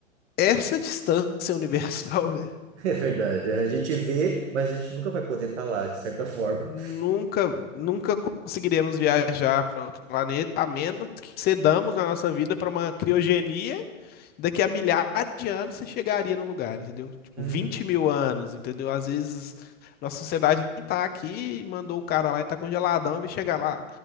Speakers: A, on the left; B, on the right.
A: essa distância universal, né?
B: <laughs> é verdade, a gente vê, mas a gente nunca vai poder estar lá, de certa forma.
A: Nunca, nunca conseguiremos viajar para outro planeta, a menos que cedamos a nossa vida para uma criogenia daqui a milhares de anos você chegaria no lugar, entendeu? Tipo,
B: Uhum,
A: 20 mil anos, entendeu? Às vezes nossa sociedade nem tá aqui, e mandou o cara lá e tá congeladão, vai chegar lá,